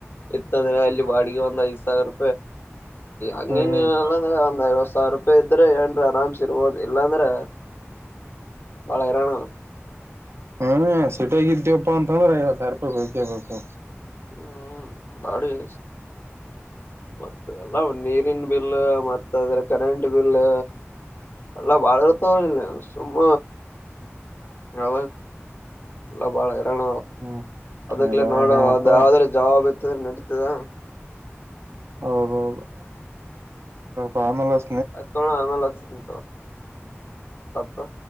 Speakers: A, on the left; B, on the right.
A: ಇತ್ತಂದ್ರೆ ಅಲ್ಲಿ ಬಾಡಿಗೆ ಒಂದು ಐದ್ ಸಾವಿರ ಅಂಗ
B: ಹ್ಮ್
A: ನಲ್ಲ ಅಂದ ಐವತ್ತು ಸಾವಿರ ಇದ್ರೆ ಏನ್ರ ಆರಾಮ್ಸ ಇರ್ಬೋದು ಇಲ್ಲಾಂದ್ರೆ ಬಾಳ ಇರೋಣ
B: ಹ್ಮ ಸಟಗಿದ್ಯಪ್ಪಾ ಅಂತಂದ್ರೆಗ ಐವತ್ತು ಸಾವಿರ ರೂಪಾಯಿ ಬೇಕೆಬೇಕು
A: ಹ್ಮ್ ಬಾಡುಗೆ ಮತ್ತ ಎಲ್ಲ ನೀರಿನ ಬಿಲ್ ಮತ್ತ ಅಂದ್ರೆ ಕರೆಂಟ್ ಬಿಲ್ ಅಲ್ಲ ಬಾಳ ಇತಲ್ಲ ಸುಮ್ಮ
B: <inaudible>
A: ಯ ಎಲ್ಲ ಭಾಳ ಇ ಕಣ
B: ಹ್ಮ್
A: ಅದಕ್ಲ
B: ಎಲ್ಲ
A: ನೋಡ
B: ಏನೇ ಅಪ್ಪಾ
A: ಯಾವ್ದ್ರ ಜವಾಬ ಇತ್ತದ ನಡೀತದ
B: ಹೌದೌದು ಪಾಮಲ್ಲ
A: ಆಯಿತು ಅಣ್ಣ ಆಮೇಲೆ ಹಚ್ತೀನಿ ಥೋ